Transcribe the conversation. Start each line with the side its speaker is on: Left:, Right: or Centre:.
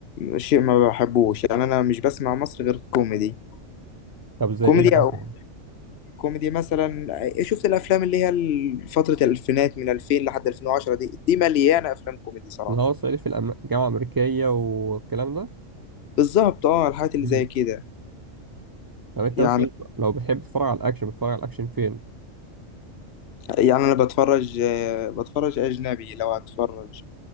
Left: شيء ما بحبوش يعني أنا مش بسمع مصري غير كوميدي
Right: طب زي
Left: كوميدي
Right: ايه مثلا
Left: أو كوميدي مثلا آه، شفت الأفلام اللي هي ال- فترة الألفينات من 2000 لحد 2010 دي دي مليانة أفلام كوميدي صراحة
Right: اللي هو صعيدي في الأم- الجامعه الامريكيه والكلام ده
Left: بالظبط اه الحاجات اللي
Right: امم
Left: زي كده
Right: طب انت
Left: يعني
Right: مثلا لو بتحب تتفرج على الاكشن بتتفرج على الاكشن فين
Left: يعني أنا بتفرج آه، بتفرج أجنبي لو هتفرج